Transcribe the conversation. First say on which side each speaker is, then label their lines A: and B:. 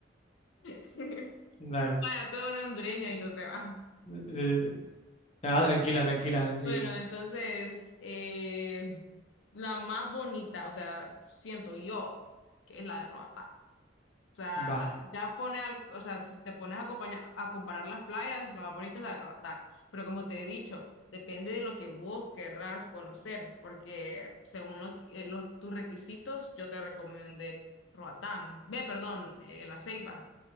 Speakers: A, on the left (about 75°); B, on the left (about 35°).
A: <laughs>
B: Dale.
A: Vaya, toda una hondureña y no se va.
B: Eh, Ah, tranquila, tranquila. Sí.
A: Bueno, entonces, eh, la más bonita, o sea, siento yo que es la de Roatán. O sea,
B: Vale.
A: al- ya pone, al- o sea, si te pones a, acompaña- a comparar las playas, la más bonita es la de Roatán. Pero como te he dicho, depende de lo que vos querrás conocer, porque según lo que- eh, los, tus requisitos, yo te recomendé Roatán. Ve, perdón, eh, La Ceiba